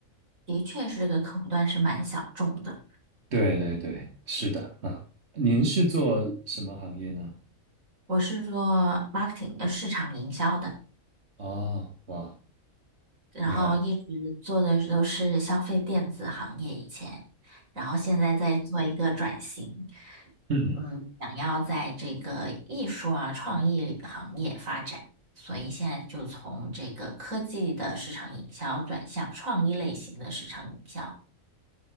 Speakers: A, on the right (about 75°); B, on the right (about 50°).
A: 的确是这个客户端是蛮小众的。
B: 对对对，是的啊。您是做什么行业呢？
A: 我是做 marketing 的市场营销的，
B: 哦，哇，
A: 然后一直做的都是消费电子行业以前，
B: 厉害。
A: 然后现在在做一个转型，
B: 嗯，
A: 嗯，想要在这个艺术啊创意行业发展，所以现在就从这个科技的市场营销转向创意类型的市场营销。